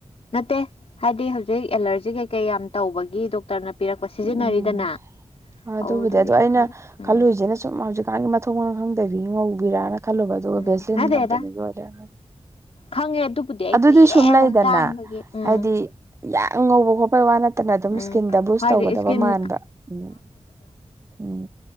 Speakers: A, on the left (about 65°); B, on the right (about 25°).
A: ꯅꯠꯇꯦ ꯍꯥꯏꯗꯤ ꯍꯧ ꯍꯧꯖꯤꯛ ꯑꯦꯂꯔꯖꯤ ꯀꯩꯀꯩ ꯌꯥꯝ ꯇꯧꯕꯒꯤ ꯗꯣꯛꯇꯔꯅ ꯄꯤꯔꯛꯄ ꯁꯤꯖꯤꯟꯅꯔꯤꯗꯅ
B: ꯎꯝ ꯑꯗꯨꯕꯨꯗꯤ
A: ꯑꯗꯨꯗꯨꯒꯤ
B: ꯑꯗꯣ ꯑꯩꯅ
A: ꯈꯔ ꯎꯝ
B: ꯈꯜꯂꯨꯏꯁꯤꯅ ꯁꯨꯝ ꯍꯧꯖꯤꯛ ꯒꯤ ꯃꯊꯧ ꯃꯐꯝꯝꯗꯕꯤ ꯉꯧꯕꯤꯔꯅ ꯈꯜꯂꯨꯕ ꯑꯗꯨꯒ
A: ꯎꯝ
B: ꯕꯦꯁꯤꯟ
A: ꯅꯠꯇꯦꯗ
B: ꯀꯝꯄꯦꯅꯤꯒꯤ ꯑꯣꯏ ꯂꯩꯔꯝꯃꯦ
A: ꯈꯪꯉꯦ ꯑꯗꯨꯕꯨꯗꯤ ꯑꯩ
B: ꯑꯗꯨꯗꯤ
A: ꯀꯨꯏꯔꯦ
B: ꯁꯨꯝ ꯂꯩꯗꯅ
A: ꯇꯥꯡꯕꯒꯤ ꯎꯝ
B: ꯍꯥꯏꯗꯤ ꯌꯥꯝ ꯉꯧꯕ ꯈꯣꯠꯄꯩ ꯋꯥ ꯅꯠꯇꯦ ꯐꯠꯇꯅ ꯑꯗꯨꯝ
A: ꯎꯝ
B: ꯏꯁꯀꯤꯟꯗ ꯕꯨꯁ
A: ꯍꯥꯏꯗꯤ
B: ꯇꯧꯒꯗꯕ
A: ꯏꯁꯀꯤꯟ
B: ꯃꯥꯟꯕ ꯎꯝ ꯎꯝ